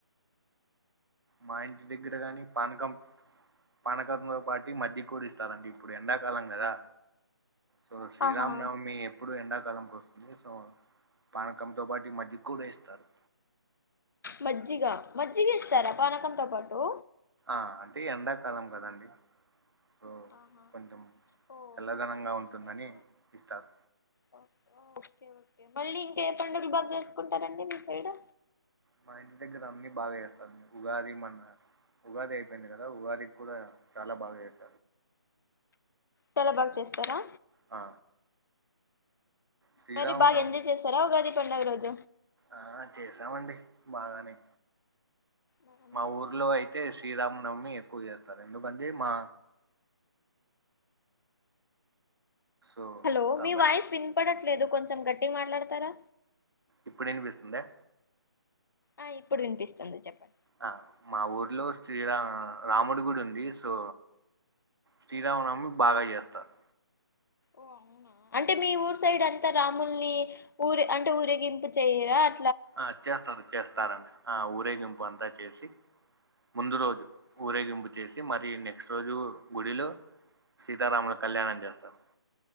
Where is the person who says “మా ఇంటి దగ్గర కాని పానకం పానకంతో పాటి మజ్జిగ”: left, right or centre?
Right